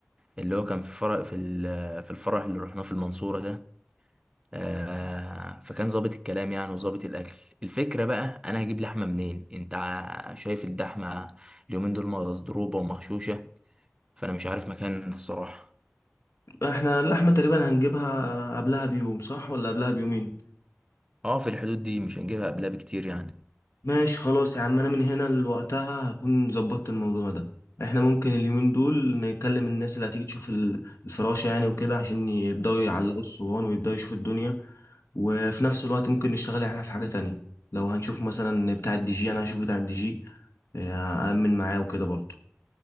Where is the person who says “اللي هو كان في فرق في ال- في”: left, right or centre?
Right